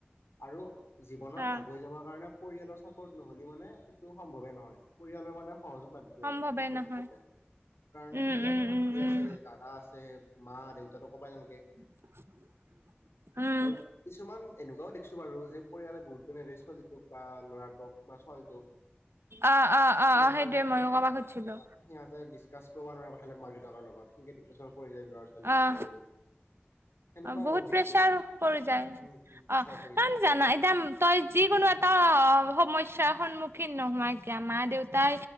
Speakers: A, on the left; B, on the right.
A: আৰু জীৱনত
B: আহ
A: আগুৱাই যাবৰ কাৰণে। পৰিয়ালৰ চাপৰ্ট নহ'লে মানে সেইটো সম্ভৱে নহয় পৰিয়ালৰ মানে সহযোগ লাগবই
B: সম্ভৱে
A: আৰু চবতে
B: নহয়
A: কাৰণ
B: উম
A: এতিয়া
B: উম
A: ভন্টি
B: উম উম
A: আছে দাদা আছে মা দেউতাটো কবাই নালগে
B: <unintelligible> উম
A: আৰু কিছুমান এনেকুৱাও দেখিছো বাৰু যে পৰিয়ালে গুৰু নিদিয়ে ছোৱালীটোক বা ল'ৰাটোক বা ছোৱালীটোক।
B: অ অ
A: সিহঁতে
B: অ অ সেইটোৱে
A: মানে
B: ময়ো
A: কথা
B: কবা খুজিছিলো
A: অ সিহঁতে দি কাচ কৰিব নোৱাৰে কথা সেলেক মাক- দেউতাকৰ লগত, সেনেকে ডিপ্ৰেছনত পৰি যায় ল'ৰা -ছোৱালীখিনি
B: অ
A: বহুত। সেনেকুৱা
B: অ বহুত
A: দেখিছো
B: প্ৰেচাৰ পৰি যায়
A: উম উম প্ৰেছাৰ
B: অ।
A: পৰি যায়
B: জানা এতিয়া তই যিকোনো এটা অ সমস্যা। চাৰ সন্মুখীন নোহোৱা কিয় মা দেউতাই